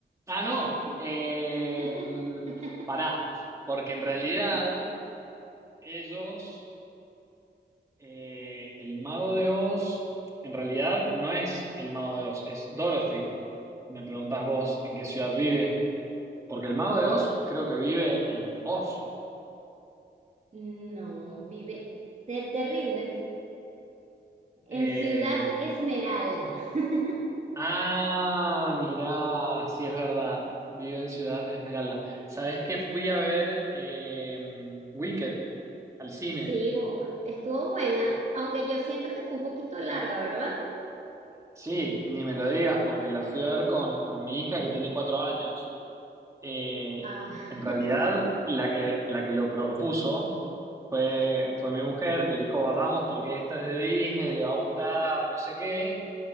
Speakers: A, on the right; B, on the right.
A: Ah, no.
B: <laughs>
A: Eh, mm, pará, porque en realidad ellos Eh, el mago de Oz, en realidad no es el mago de Oz, es Dorothy. Me preguntás vos en qué ciudad vive, porque el mago de Oz creo que vive en Oz.
B: No, vive. ¿Te, te rindes? En
A: Eh,
B: Ciudad Esmeralda. <laughs>
A: ah, mirá, sí es verdad, vive en Ciudad Esmeralda. ¿Sabés que fui a ver eh, Wicked al cine?
B: Sí, bo- estuvo buena, aunque yo siento que fue un poquito larga, ¿verdad?
A: Sí, ni me lo digas, porque la fui a ver con, con mi hija que tiene cuatro años. Eh,
B: Ah,
A: en
B: <laughs>
A: realidad, la que, la que lo propuso fue, fue mi mujer que dijo, vamos porque esta es de Disney, le va a gustar, no sé qué.